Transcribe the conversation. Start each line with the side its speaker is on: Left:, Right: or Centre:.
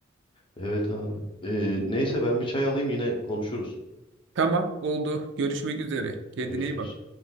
Left: Evet abi. Ee, neyse ben bir çay alayım yine konuşuruz.
Right: Tamam, oldu. Görüşmek üzere. Kendine
Left: Görüşürüz.
Right: iyi bak.